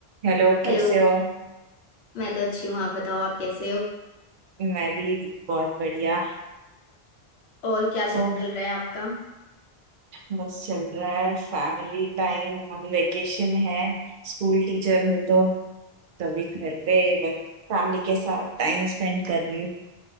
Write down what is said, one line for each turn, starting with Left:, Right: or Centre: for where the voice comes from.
Right: Hello
Left: Hello
Right: कैसे हो
Left: मैं तो अच्छी हूँ आप बताओ आप कैसे हो
Right: मैं भी बहुत बढ़िया
Left: और क्या चल
Right: तो
Left: रहा है आपका
Right: बस चल रहा है फैमिली टाइम अभी वेकेशन है स्कूल टीचर हूँ तो तभी घर पे बस फैमिली के साथ टाइम स्पेंड कर रही हूँ